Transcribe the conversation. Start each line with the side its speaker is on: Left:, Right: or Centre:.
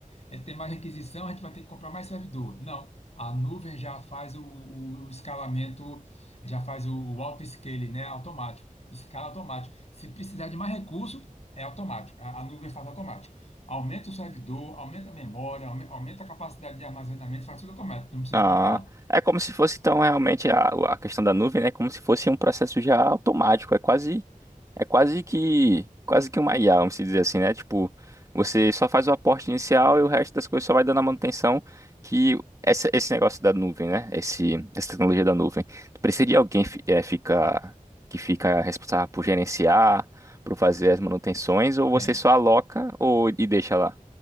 Left: eh, tem mais requisição, a gente vai ter que comprar mais servidor. Não, a nuvem já faz o, o- o escalamento, já faz o, o auto-scaling, né? Automático, escala automático. Se precisar de mais recurso, é automático. A, a nuvem faz automático. Aumenta o servidor, aumenta a memória, aume- aumenta a capacidade de armazenamento, faz tudo automático, não precisa
Right: Ah,
Left: se preocupar.
Right: é como se fosse, então, realmente a, a questão da nuvem, né? Como se fosse um processo já automático. É quase, é quase que, quase que uma IA, vamos dizer assim, né? Tipo, você só faz o aporte inicial e o resto das coisas só vai dando a manutenção que essa, esse negócio da nuvem, né? Esse, essa tecnologia da nuvem. Precisa de alguém fi- eh, fica, que fica responsável por gerenciar, por fazer as manutenções, ou
Left: Tem.
Right: você só aloca ou, e deixa lá?